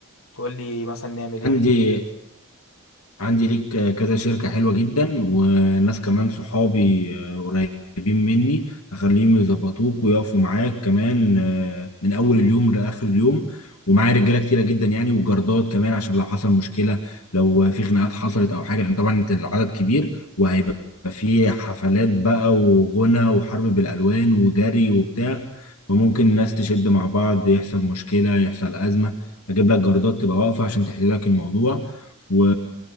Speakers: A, on the left; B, on the left.
A: تقول لي مثلا نعمل ايه
B: عندي عندي ليك كذا شركة حلوة جدا وناس كمان صحابي آه، قريبين مني هخليهم يظبطوك ويقفوا معاك كمان آه، من أول اليوم لآخر اليوم ومعايا رجالة كتيرة جدا يعني وجردات كمان عشان لو حصل مشكلة لو في خناقات حصلت أو حاجة لأن طبعا أنت العدد كبير وهيبقى في حفلات بقى وغنى وحرب بالألوان وجري وبتاع فممكن الناس تشد مع بعض يحصل مشكلة يحصل أزمة أجيب لك جردات تبقى واقفة عشان تحل لك الموضوع و...